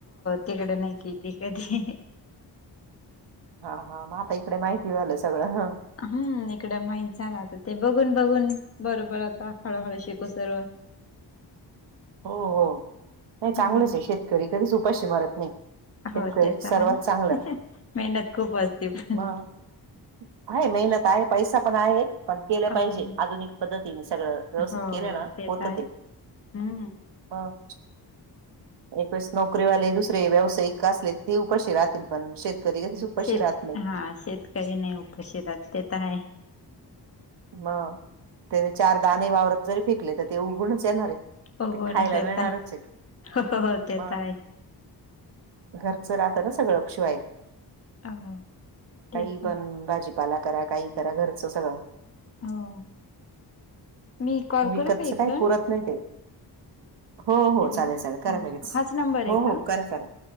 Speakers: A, on the left (about 35°); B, on the right (about 90°).
A: तिकड नाही केली कधी.
B: हा हा म आता इकडे माहिती झालं सगळं ह.
A: हम्म इकड माहित झालं आता ते बघून बघून, बरोबर आता हळूहळू शिकू सर्व.
B: हो हो, नाही
A: हो
B: चांगलंचये शेतकरी कधीच उपाशी मरत नाही. शेतकरी
A: हो ते तर
B: सर्वात
A: हाय,
B: चांगलं
A: मेहनत खूप असते पण.
B: मग आहे मेहनत आहे पैसा पण आहे, पण केला
A: हो
B: पाहिजे आधुनिक पद्धतीने सगळं. व्यवस्थित
A: हो
B: केलं ना होत
A: तर आहे
B: ते.
A: हम्म.
B: ब अ. एकवेेळेस नोकरी वाले दुसरे व्यावसायिक का असले ते उपाशी राहतील पण शेतकरी कधीच उपाशी
A: शेत,
B: राहत नाही
A: हा शेतकरी नाही उपाशीरात ते तर हाय.
B: म, तेने चारदाने वावरत जरी फेकले तर ते उगुणच येणार ये.
A: उगवूनच
B: ते खायला
A: येत
B: मिळणारच ये,
A: हो हो ते
B: मग.
A: तर आहे
B: घरचं राहत न सगळं शिवाय.
A: हो ठीक
B: काही पण
A: आहे
B: भाजीपाला करा काही करा घरचं सगळं.
A: हो. मी कॉल
B: विकतच
A: करू का इकडून
B: काय पुरत नाही ते. हो हो
A: हॅलो
B: चालेल चालेल करा
A: हो
B: लगेच,
A: हाच नंबर आहे
B: हो
A: का
B: हो करा करा.